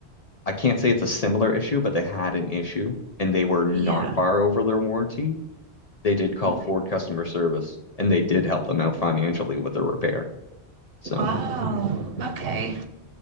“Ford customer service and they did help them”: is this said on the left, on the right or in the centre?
Left